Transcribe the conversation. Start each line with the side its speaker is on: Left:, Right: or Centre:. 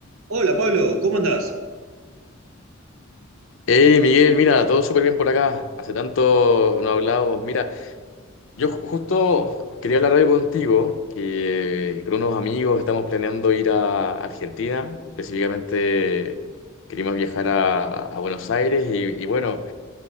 Right: Hola Pablo, ¿cómo andás?
Left: Hey Miguel, mira, todo súper bien por acá. Hace tanto no hablábamos. Mira, yo ju- justo quería hablar algo contigo, que eh, con unos amigos estamos planeando ir a Argentina. Específicamente queríamos viajar a, a Buenos Aires y, y bueno,